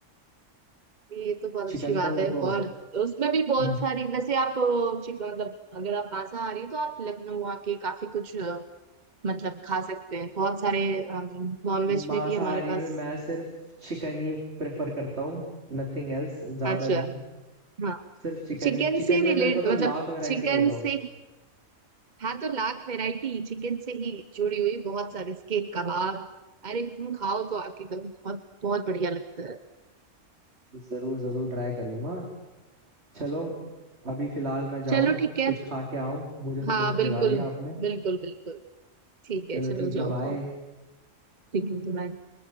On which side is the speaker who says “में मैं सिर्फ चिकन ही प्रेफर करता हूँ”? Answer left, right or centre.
Right